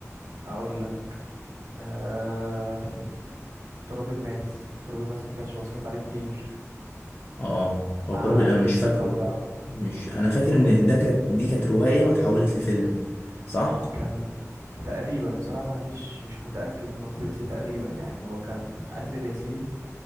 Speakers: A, on the right; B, on the left.
A: هقول لك آه تراب الماس تراب الماس ما كانش مصروف عليه كتير
B: اه هو
A: مع
B: ترابي
A: أسير
B: انا مش
A: ياسين
B: فاكره
A: لو تعرفه
B: مش انا فاكر ان ده كانت دي كانت رواية واتحولت لفيلم صح
A: كان تقريبا بصراحة ما عنديش مش متأكد من نقطة بس تقريبا يعني هو كان أسير ياسين